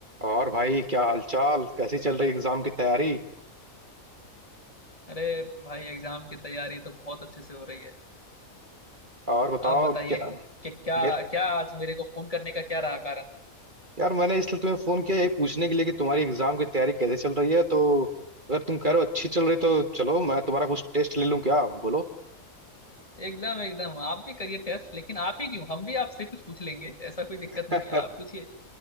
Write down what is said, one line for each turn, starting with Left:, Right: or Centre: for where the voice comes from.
Right: और भाई क्या हालचाल कैसी चल रही एग्जाम की तैयारी
Left: अरे भाई एग्जाम की तैयारी तो बहुत अच्छे से हो रही है
Right: और बताओ
Left: आप बताइए
Right: क्या
Left: कि क्या
Right: मेरे
Left: क्या आज मेरे को फोन करने का क्या रहा कारण
Right: यार मैंने इसलिए तुम्हें फोन किया यही पूछने के लिए कि तुम्हारी एग्जाम की तैयारी कैसे चल रही है तो अगर तुम कह रहे हो अच्छी चल रही तो चलो मैं तुम्हारा कुछ टेस्ट ले लूं क्या बोलो
Left: एकदम एकदम आप भी करिए टेस्ट लेकिन आप ही क्यों हम भी आपसे कुछ पूछ लेंगे ऐसा कोई
Right: <laughs>
Left: दिक्कत नहीं है आप पूछिए